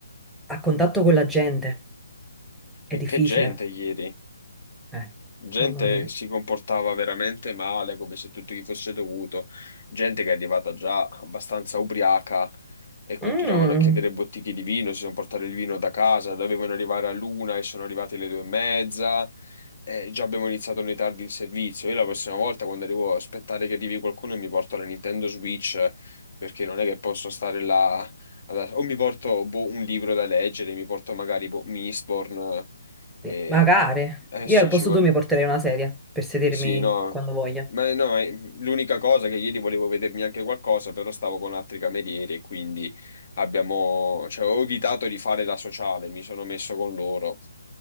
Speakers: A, in the centre; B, on the left.
A: a contatto con la gente è
B: E
A: difficile.
B: che gente ieri.
A: Eh,
B: gente
A: mamma mia.
B: che si comportava veramente male, come se tutto gli fosse dovuto, gente che è arrivata già abbastanza ubriaca e continuavano
A: Mm.
B: a chiedere bottiglie di vino, si sono portati il vino da casa, dovevano arrivare all'una e sono arrivati alle due e mezza. Eh, già abbiamo iniziato noi tardi il servizio. Io la prossima volta, quando arrivo, aspettare che arrivi qualcuno, e mi porto la Nintendo Switch perché non è che posso stare là. ad- O mi porto boh, un libro da leggere, mi porto magari boh, Mistborn.
A: Sì,
B: eh,
A: Magari.
B: eh
A: Io
B: sì,
A: al posto
B: ci vorrei.
A: tuo mi porterei una sedia per sedermi
B: Sì, no,
A: quando voglia.
B: ma no, eh, l'unica cosa che ieri volevo vedermi anche qualcosa, però stavo con altri camerieri e quindi abbiamo, cioè, ho evitato di fare la sociale, mi sono messo con loro,